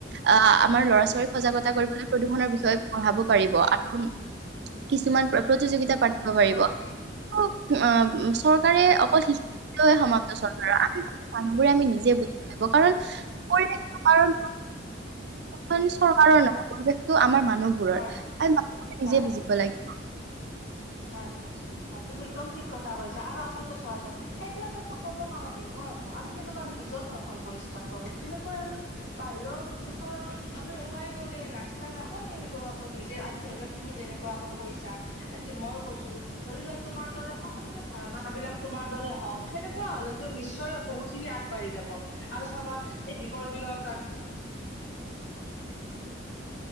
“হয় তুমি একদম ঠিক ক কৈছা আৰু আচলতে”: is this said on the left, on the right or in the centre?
Left